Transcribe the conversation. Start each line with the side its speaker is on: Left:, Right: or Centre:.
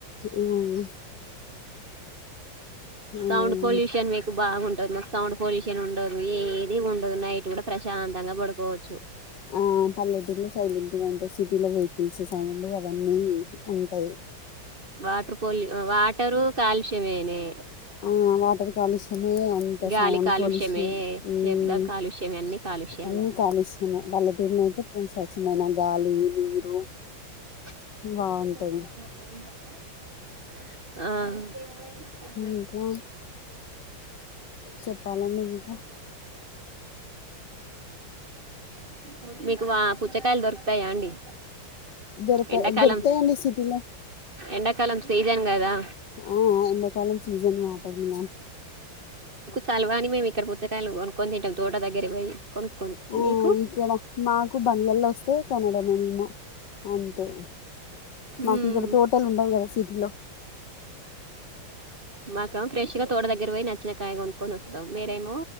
Left: ఉమ్, అదే
Right: సౌండ్ పొల్యూషన్
Left: అండి.
Right: మీకు బాగుంటది, మాకు సౌండ్ పొల్యూషన్ ఉండదు ఏది ఉ ఉండదు నైట్ కూడా ప్రశాంతంగా పడుకోచ్చు
Left: ఆ పల్లెటూరులో సైలెంట్ గా ఉంటది సిటీలో వెహికల్స్ సౌండ్ అవన్నీ టాయ్.
Right: వాటర్ పోల్యూ వాటరు కాలుష్యమేనే
Left: ఆ వాటర్ కాలుష్యమే అంత
Right: గాలి
Left: సౌండ్
Right: కాలుష్యమే
Left: పొల్యూషన్ మ్మ్
Right: శబ్ద కాలుష్యమే అన్ని కాలుష్యాలే
Left: అన్ని కాలుష్యమే పల్లెటూర్లో అయితే ఉ స్వచ్ఛమైన గాలి నీరు
Right: ఆ
Left: బాగుంటది ఇంకా చెప్పాలండింకా
Right: ఉ మీకు వా పుచ్చకాయలు దొరుకుతాయా అండి
Left: దొర్క
Right: ఎండాకాలం
Left: దొర్క్తయండి సిటిలో
Right: ఎండాకాలం సీజన్ కదా
Left: ఆ ఎండాకాలం సీజన్ మాటర్ మామ్
Right: చలువాని మేము ఇక్కడ పుచ్చకాయలు కొనుకోని తింటం తోట దగ్గరి పోయి కొనుక్కొని
Left: ఆ
Right: మీకు
Left: ఇక్కడ మాకు బండ్లల్లో వస్తే కొనడమే మేము అంతే మాకు
Right: మ్మ్
Left: ఇక్కడ తోటలుండవు కదా సిటీలో.
Right: మాక ఫ్రెష్ గా తోట దగ్గర పోయి నచ్చిన కాయ గొన్ కొనస్తాం మీరేమో